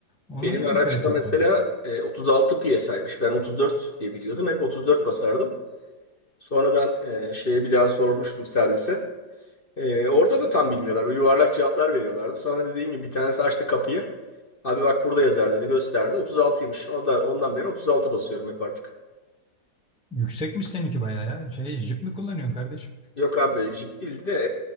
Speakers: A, in the centre; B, on the left.
A: Onlara
B: Benim
A: da
B: araçta
A: dikkat etmek
B: mesela
A: lazım.
B: e, 36 PSI'ymış. Ben 34 diye biliyordum. Hep 34 basardım. Sonradan e, şeye bir daha sormuştum servise. E, orada da tam bilmiyorlar. Böyle yuvarlak cevaplar veriyorlardı. Sonra dediğin gibi bir tanesi açtı kapıyı. Abi bak burada yazar dedi gösterdi. 36'ymış. Ondan, ondan beri 36 basıyorum hep artık.
A: Yüksekmiş seninki bayağı ya. Şey, jip mi kullanıyorsun kardeşim?
B: Yok abi jip değil de